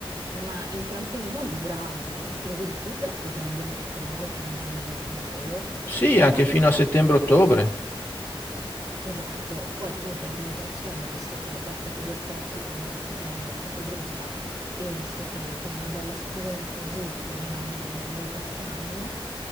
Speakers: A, on the right; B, on the left.
A: Ma il trampolino dura, mm, lo usi tutta la stagione del mese, ecco, magari tranne gennaio e febbraio,
B: Sì, anche
A: però in realtà
B: fino a settembre-ottobre.
A: Esatto, poi comunque la manutenzione ho visto che basta che lo copri quando la stagione è proprio brutta e ho visto che con una bella spugna così rimane, dura qualche anno